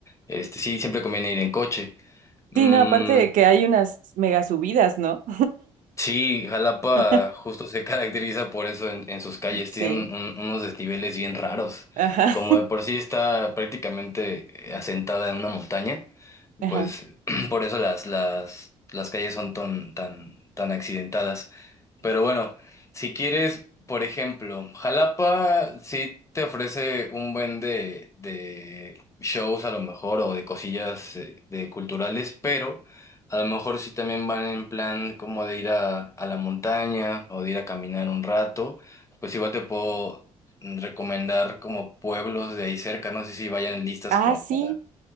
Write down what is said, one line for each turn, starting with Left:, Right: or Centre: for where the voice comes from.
Left: este sí, siempre conviene ir en coche. Mm,
Right: Sí, no, aparte de que hay unas mega subidas, ¿no?
Left: Sí, Jalapa
Right: <laughs>
Left: justo se <laughs> caracteriza por eso en, en sus calles.
Right: Sí.
Left: Tiene un- un- unos desniveles bien raros.
Right: Ajá.
Left: Como de por sí está prácticamente eh, asentada en una montaña,
Right: Ajá.
Left: pues <clears throat> por eso las, las, las calles son tan, tan, tan accidentadas. Pero bueno, si quieres, por ejemplo, Jalapa sí te ofrece un buen de, de shows a lo mejor o de cosillas eh, de culturales, pero a lo mejor sí también van en plan como de ir a, a la montaña o de ir a caminar un rato, pues igual te puedo recomendar como pueblos de ahí cerca, no sé si vayan listas
Right: Ah,
Left: como
Right: sí.
Left: para,